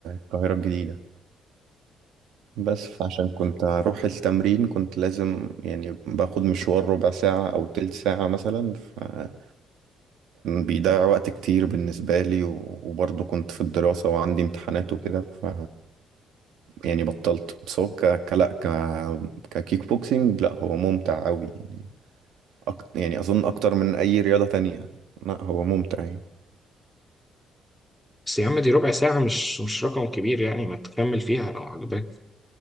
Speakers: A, on the right; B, in the centre.
A: القاهرة الجديدة بس فعشان كنت أروح التمرين كنت لازم يعني باخد مشوار ربع ساعة أو تلت ساعة مثلا فكان بيضيع وقت كتير بالنسبة لي و- وبرضه كنت في الدراسة وعندي امتحانات وكده ف يعني بطلت بس هو ك... ك... لا ك... ككيك بوكسينج لا هو ممتع أوي يعني أكت... يعني أظن أكتر من أي رياضة تانية لا هو ممتع يعني
B: بس يا عم دي ربع ساعة مش مش رقم كبير يعني ما تكمل فيها لو عجبك